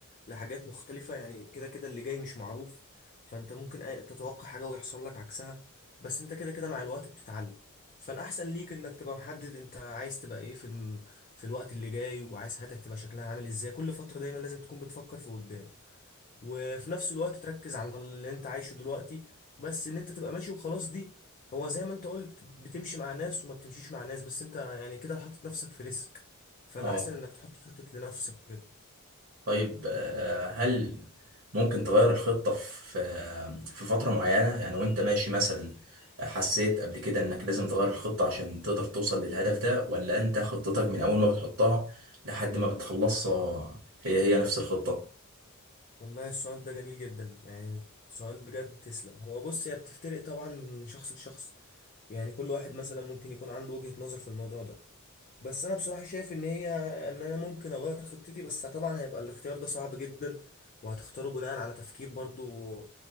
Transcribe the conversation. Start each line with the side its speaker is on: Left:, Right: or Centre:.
Left: لحاجات مختلفة يعني كده كده اللي جاي مش معروف فأنت ممكن أي- تتوقع حاجة ويحصل لك عكسها بس أنت كده كده مع الوقت بتتعلم فالأحسن ليك إنك تبقى محدد أنت عايز تبقى إيه في في الوقت اللي جاي وعايز حياتك تبقى شكلها عامل ازاي كل فترة دايما لازم تكون بتفكر في قدام وفي نفس الوقت تركز على اللي انت عايشه دلوقتي بس ان انت تبقى ماشي وخلاص دي هو زي ما انت قلت بتمشي مع ناس وما بتمشيش مع ناس بس انت يعني كده حاطط نفسك في ريسك فالأحسن
Right: اه
Left: انك تحط خطط لنفسك كده
Right: طيب آه، هل ممكن تغير الخطة في آه، في فترة معينة يعني وانت ماشي مثلا حسيت قبل كده انك لازم تغير الخطة عشان تقدر توصل للهدف ده ولا انت خطتك من اول ما بتحطها لحد ما بتخلصها هي هي نفس الخطة
Left: والله السؤال ده جميل جدا يعني سؤال بجد تسلم هو بص هي بتفترق طبعا من شخص لشخص يعني كل واحد مثلا ممكن يكون عنده وجهة نظر في الموضوع ده بس انا بصراحه شايف ان هي ان انا ممكن اغير خطتي بس طبعا هيبقى الاختيار ده صعب جدا وهتختاره بناء على تفكير برضو